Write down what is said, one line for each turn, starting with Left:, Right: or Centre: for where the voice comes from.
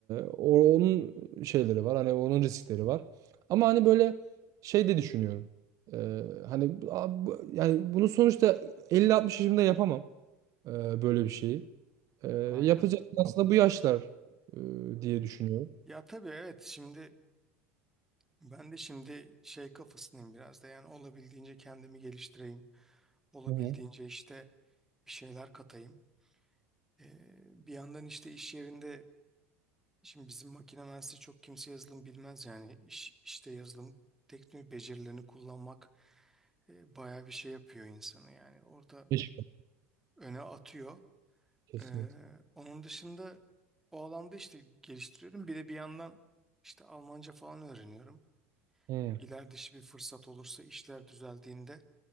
Right: o- onun şeyleri var. Hani onun riskleri var. Ama hani böyle şey de düşünüyorum. Ee, hani bu- a- bu- yani bunu sonuçta elli 60 yaşımda yapamam ee, böyle bir şeyi. Ee,
Centre: Aynen.
Right: yapacak aslında bu yaşlar ee, diye düşünüyorum.
Centre: Ya tabii evet şimdi ben de şimdi şey kafasındayım biraz da yani olabildiğince kendimi geliştireyim. Olabildiğince
Right: Hı hı.
Centre: işte bir şeyler katayım. Ee, bir yandan işte iş yerinde şimdi bizim makine mühendisi çok kimse yazılım bilmez yani iş, işte yazılım teknik becerilerini kullanmak e, bayağı bir şey yapıyor insanı yani orada
Right: Keşke.
Centre: öne atıyor.
Right: Kesinlikle.
Centre: Ee, onun dışında o alanda işte geliştiriyorum. Bir de bir yandan işte Almanca falan öğreniyorum.
Right: Hı
Centre: iler dışı bir fırsat olursa işler düzeldiğinde